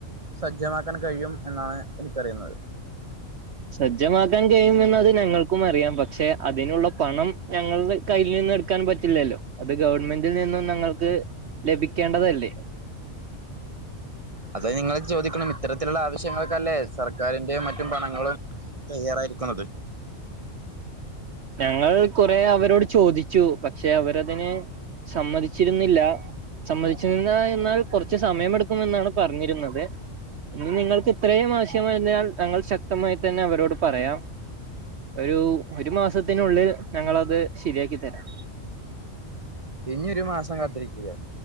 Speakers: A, on the right; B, on the right.
A: സജ്ജമാക്കാൻ കഴിയും എന്നാണ് എനിക്കറിന്നത്.
B: സജ്ജമാക്കാൻ കഴിയുമെന്നത് ഞങ്ങൾ ക്കും അറിയാം പക്ഷെ അതിനുള്ള പണം ഞങ്ങൾട കയ്യിന്ന് എടുക്കാനും പറ്റില്ലല്ലോ അത് ഗവൺമെന്റിൽ നിന്നും നങ്ങൾക്ക് ലഭിക്കേണ്ടതല്ലേ
A: അത് നിങ്ങൾ ചോദിക്കണം ഇത്തരത്തിലുള്ള ആവശ്യങ്ങൾക്കല്ലേ സർക്കാരിന്റെ മറ്റും പണങ്ങളും തയ്യാറായിരിക്കണത്
B: ഞങ്ങൾ കൊറെ അവരോട് ചോദിച്ചു പക്ഷെ അവരതിന് സമ്മതിച്ചിരുന്നില്ല സമ്മതിച്ചുന്ന എന്നാൽ കൊറച്ച് സമയമെടുക്കുമെന്നാണ് പറഞ്ഞിര്ന്നത് ഇനി നിങ്ങൾക്ക് ഇത്രേം ആവശ്യമായതിനാൽ ഞങ്ങൾ ശക്തമായി തന്ന അവരോട് പറയാം ഒരു ഒരു മാസത്തിനുള്ളിൽ ഞങ്ങളത് ശരിയാക്കി തരാം
A: ഇനി ഒരു മാസം കാത്തിരിക്കയോ